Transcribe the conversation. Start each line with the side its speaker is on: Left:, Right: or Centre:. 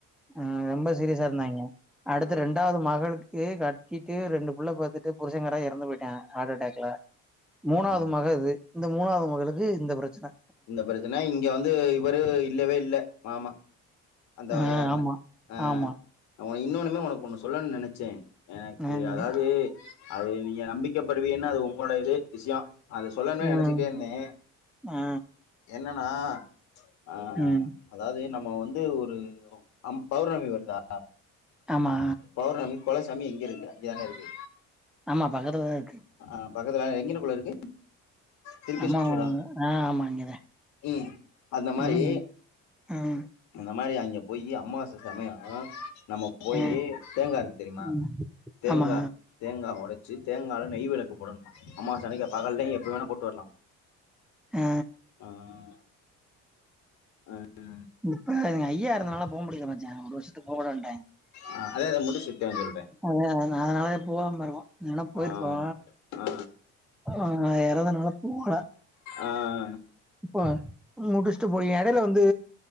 Centre: ம் ரொம்ப சீரியசா இருந்தாய்ங்க அடுத்து
Left: ஆ
Centre: ரெண்டாவது மகளுக் க்கு கட்டிட்டு ரெண்டு புள்ள பாத்துட்டு புருஷங்காரெ எறந்து போயிட்டா ஹார்ட் அட்டாக்ல மூனாவது
Left: ம்
Centre: மக இது இந்த மூனாவது மகளுக்கு இந்த பிரச்சன
Left: இந்தப்பிரச்சன இங்க வந்து இவரு இல்லவே இல்ல மாமா அந்த
Centre: ஆ
Left: வகையார்ல
Centre: ஆமா,
Left: ஆ
Centre: ஆமா.
Left: ஒ இன்னோன்னுமே ஒனக்கு ஒன்னு சொல்லன் நெனச்சே எனக்கு
Centre: ம்,
Left: அதாவது அது நீங்க நம்பிக்க படுவீங்கன்னா அது ஒங்களோட இது விஷ்யோ அது சொல்லதா
Centre: ம்,
Left: நெனைச்சுகிட்டே இருந்தே
Centre: ஆ,
Left: என்னன்னா ஆ
Centre: ம்.
Left: அதாவது நம்ம வந்து ஒரு அம் பௌர்ணமி வருதா
Centre: ஆமா
Left: பௌர்ணமி கொலசாமி எங்க இருக்கு இங்கதானே இருக்கு
Centre: ஆமா பக்கத்துலதா இருக்கு
Left: ஆ பக்கத்துலதா எங்கனக்குள்ள இருக்கு திருக்கேஷ்டூரா
Centre: அம்மாவு ஆ ஆமா அங்கதா
Left: ம் அந்த மாதிரி
Centre: ம் ஆமா
Left: அந்த மாரி அங்க போய் அம்மாவாசை சமயொ நம்ம போயி
Centre: ஆ,
Left: தேங்கா இருக்கு தெரியுமா
Centre: ம்.
Left: தேங்கா
Centre: ஆமா,
Left: தேங்கா ஒடச்சு தேங்கால நெய் விளக்கு போடணுமா அம்மாவாச அன்னைக்கு பகல் டையு எப்ப வேணா போட்டு வர்லாமா
Centre: ஆ.
Left: ஆ ஆ ஆ
Centre: இப்ப தா எங்க ஐயா எறந்தனால போக முடியில மச்சா ஒரு வருஷத்துக் போக கூடாதுன்டாய்ங்
Left: ஆ அதே அத முடி <unintelligible> சொல்றே
Centre: அதா அதனாலதா போவாம இருக்கோ இல்லனா போயிருப்போ
Left: ஆ ஆ
Centre: ஆ எறந்தனால போகல
Left: ஆ ஆ
Centre: இப்ப முடுஸ்ட்டு போய் எடேல வந்து